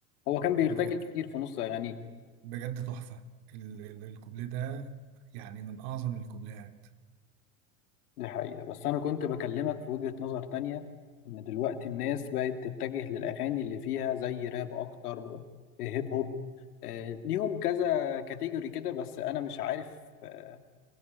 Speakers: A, on the left; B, on the right.
A: هو كان بيرتجل
B: بج-
A: كتير في نص اغانيه
B: بجد تحفة ال... ال... الكوبليه ده يعني من اعظم الكوبليهات
A: دي حقيقه بس انا كنت بكلمك في وجهه نظر تانية ان دلوقتي الناس بقت تتجه للاغاني اللي فيها زي راب اكتر هيب هوب آه، ليهم كذا كاتيجوري كده بس انا مش عارف آه،